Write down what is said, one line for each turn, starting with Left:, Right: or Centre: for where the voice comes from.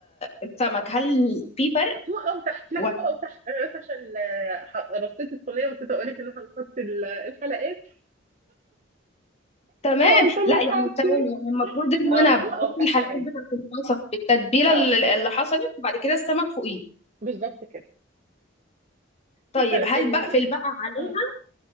Left: السمك هل في فرق
Right: فوق او تحت لا
Left: ولا
Right: فوق او تحت انا بس عشان آه، ح- رصيت الصينيه ونسيت اقول لك ان احنا هنحط ال- الحلقات
Left: تمام
Right: فقلت لك
Left: لا يعني
Right: حطي
Left: تمام يعني المفروض ان
Right: اه
Left: انا
Right: فوق
Left: بحط
Right: او تحت
Left: الحلقات
Right: عادي
Left: بتاعت البصل بالتتبيله
Right: اه
Left: الل- اللي حصلت وبعد كده السمك فوقيه
Right: بالظبط كده
Left: طيب
Right: انت
Left: هل
Right: ال...
Left: بقفل بقى عليها
Right: مم.